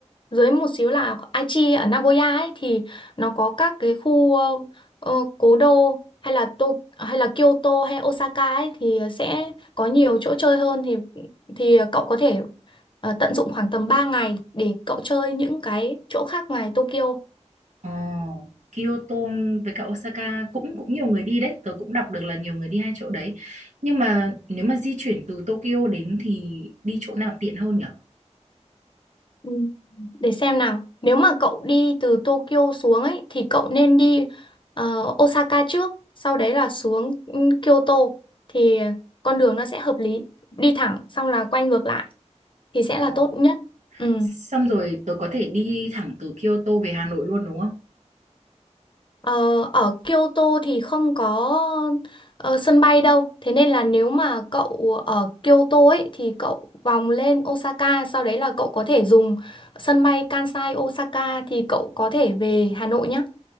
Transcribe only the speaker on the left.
dưới một xíu là Aichi ở Nagoya ấy thì nó có các cái khu ờ, ờ, cố đô hay là To hay là Kyoto hay Osaka ấy thì sẽ có nhiều chỗ chơi hơn thì thì cậu có thể ờ, tận dụng khoảng tầm 3 ngày để cậu chơi những cái chỗ khác ngoài Tokyo.
Ừ, Để xem nào. Nếu mà cậu đi từ Tokyo xuống ấy thì cậu nên đi ờ, Osaka trước, sau đấy là xuống ừ, Kyoto thì con đường nó sẽ hợp lý. Đi thẳng xong là quay ngược lại thì sẽ
là tốt nhất. Ừ.
Ờ, ở Kyoto thì không có ờ, sân bay đâu. Thế nên là nếu mà cậu ở Kyoto ấy thì cậu vòng lên Osaka, sau đấy là cậu có thể dùng sân bay Kansai Osaka thì cậu có thể về Hà Nội nhá.